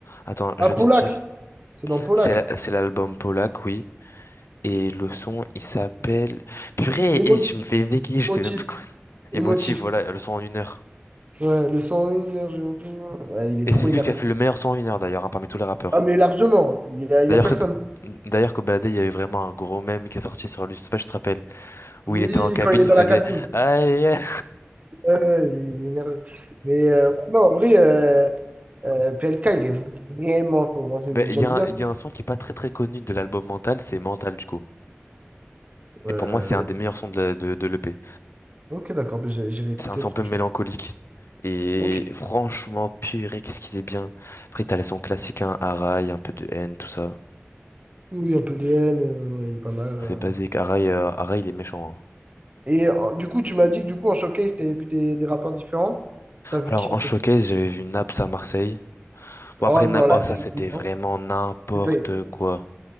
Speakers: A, on the left (about 70°); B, on the right (about 35°).
A: Attends, je
B: Ah,
A: vais
B: Polak!
A: te dire.
B: C'est dans Polak.
A: C'est la- c'est l'album Polak, oui. Et le son, il s'appelle. Purée,
B: Émotif,
A: et tu me fais béquille, je
B: émotif,
A: sais même plus quoi.
B: émotif.
A: Émotive, voilà, le son en une heure.
B: Ouais, le 101, énergie- ouais, il est
A: Et c'est
B: trop énervé.
A: lui qui a fait le meilleur son en une heure d'ailleurs, hein, parmi tous les rappeurs.
B: Ah, mais largement. Il y a, il
A: D'ailleurs,
B: y a personne.
A: que- d'ailleurs, Kobalade, il y avait vraiment un gros mème qui est sorti sur lui, je sais pas si je te rappelle, où
B: Oui,
A: il était en cabine,
B: quand il est
A: il
B: dans
A: faisait.
B: la cabine.
A: Aïe, aïe.
B: Ouais, ouais, il est, il est énervé. Mais euh, non, en vrai, euh, euh, PLK, il est vraiment chaud. Moi, je-
A: Ben,
B: j'aime
A: il y a,
B: bien
A: un- il y a un son qui est pas très très connu de l'album Mental, c'est Mental du coup.
B: ça.
A: Et pour moi, c'est un des meilleurs sons de, la- de, de l'EP.
B: Ok, d'accord, bah, j'ai j'ai réécouté
A: C'est un son
B: parce
A: un peu
B: que
A: mélancolique.
B: je...
A: Et
B: Ok.
A: franchement, purée, qu'est-ce qu'il est bien. Après, t'as les sons classiques, hein, Arai, un peu de haine, tout ça.
B: Oui, oui, un peu DN, euh, ouais, il est pas mal.
A: C'est
B: euh.
A: basique. Arai, euh, Arai, il est méchant. hein.
B: Et euh, du coup, tu m'as dit que du coup, en showcase, t'avais vu des, des rappeurs différents. T'as vu
A: Alors,
B: qui en
A: en
B: fait?
A: showcase, j'avais vu Naps à Marseille. Bon,
B: Oh
A: après,
B: non,
A: Naps,
B: la
A: oh,
B: dingue.
A: ça, c'était vraiment
B: non.
A: n'importe
B: C'est pas-
A: quoi.